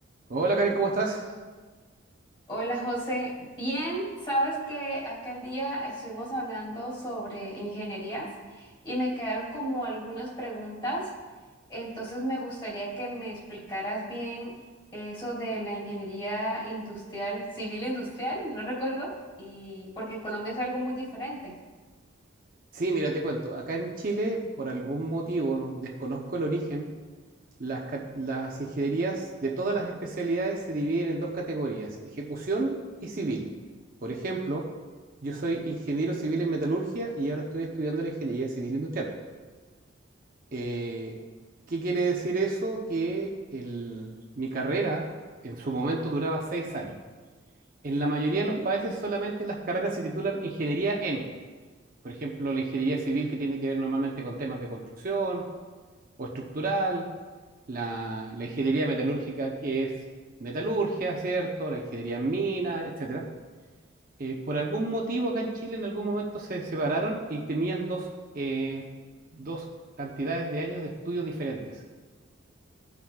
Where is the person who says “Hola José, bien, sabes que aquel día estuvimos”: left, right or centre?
Left